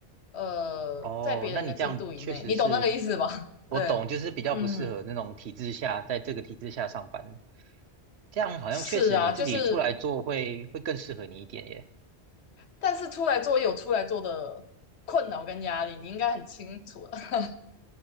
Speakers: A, on the left; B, on the right.
A: 呃在别人的进度以内，
B: 哦，那你这样确实是，
A: 你懂那个意思吧？<laughs>
B: 我懂，
A: 对，
B: 就是比较不适合那种体制下，
A: 嗯，
B: 在这个体制下上班，这样好像确实你自己出来做会会更适合你一点耶。
A: 是啊，就是但是出来做也有出来做的困扰跟压力，你应该很清楚的。<laughs>